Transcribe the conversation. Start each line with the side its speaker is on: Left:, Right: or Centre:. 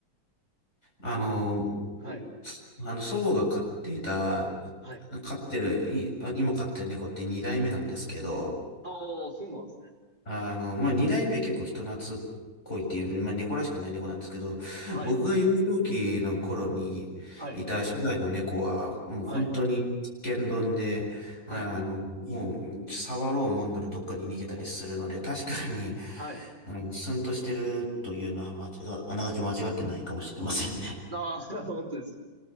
Left: あの、
Right: はい。
Left: あの、祖母が飼っていた、
Right: はい。
Left: 飼ってる、い、あ今飼ってる猫って二代目なんですけど、
Right: ああ、そうなんですね。
Left: あの、まあ、二代目は結構人懐っこいっていうより、まあ、猫らしくない猫なんですけど、
Right: はい。
Left: 僕が幼少期の頃にいた初代の猫は、
Right: はい。
Left: もう本当につンドンで、
Right: はい。はい。
Left: あの、もう触ろうもんならどっかに逃げたりするので、確かに、
Right: はい。
Left: うん、スンとしてるというのは間違、あながち間違ってないかもしれませんね。
Right: ああ、<laughs> 本当です。